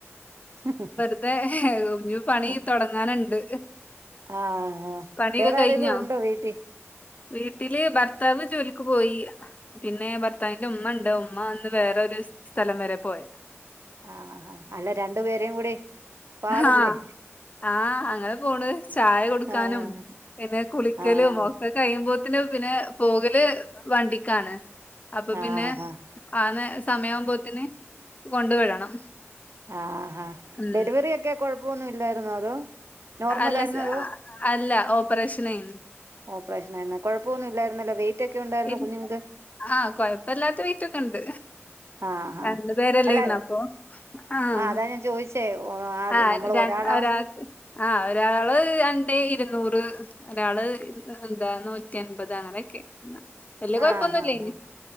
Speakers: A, on the right; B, on the left.
A: <unintelligible>
B: അതെ ഇഞ്ഞ് പണി
A: ആഹ്
B: തൊടങ്ങാനുണ്ട്
A: ആഹ്
B: പണിയൊക്കെ
A: വേറെ
B: കഴിഞ്ഞോ
A: ആരെലും ഉണ്ടോ വീട്ടി
B: വീട്ടില് ഭർത്താവ് ജോലിക്ക് പോയീ പിന്നെ ഭർത്താവിന്റെ ഉമ്മണ്ട് ഉമ്മ ഇന്ന് വേറൊരു സ്ഥലം വരെ പോയതാ
A: ആഹ് അല്ല രണ്ടുപേരേം കൂടി പാടല്ലേ
B: ആഹ് ആഹ് അങ്ങനെ പോണ് ചായ കൊടുക്കാനും
A: ആഹ്
B: പിന്നെ കുളിക്കലും
A: ആഹ്
B: ഒ ക്കെ കഴിയുമ്പോത്തിന് പിന്നെ പോകല് വണ്ടിക്കാണ് അപ്പ പിന്നെ
A: ആഹ്
B: ആന്നേ സമയവുമ്പോത്തിന് കൊണ്ട് വിടണം
A: ആഹ് ഹാ
B: ഉം
A: ഡെലിവറി ഒക്കെ കൊഴപ്പൊന്നും ഇല്ലായിരുന്നോ അതോ നോർമൽ
B: അല്ല
A: ആയിരുന്നോ
B: സ്
A: അതോ
B: അല്ല ഓപ്പറേഷനേന്നു
A: ഓപ്പറേഷനായിരുന്നോ കൊഴപ്പൊന്നും ഇല്ലായിരുന്നല്ലോ വെയിറ്റൊക്കെ ഉണ്ടായിരുന്നോ
B: ആഹ്
A: കുഞ്ഞുങ്ങക്ക്
B: ആഹ് കൊഴപ്പല്ലാത്ത വയ്റ്റൊക്കെണ്ട്
A: ആഹ്
B: രണ്ടു
A: ആഹ്
B: പേരല്ലേന്നൊ
A: അല്ല
B: അപ്പൊ ആഹ്
A: അതാ ഞാൻ ചോദിച്ചേ
B: ആഹ്
A: നമ്മള്
B: രൺ
A: ഒരാളാവുമ്പോ
B: ഒരാക്ക് ആഹ് ഒരാള് രണ്ടേഇരുന്നൂറ് ഒരാള് ഇ എന്താ നൂറ്റി അൻപത് അങ്ങനെയൊക്കെ വല്ല്യ കൊഴപ്പൊന്നുല്ലേനി
A: ആഹ് ആഹ് ആഹ്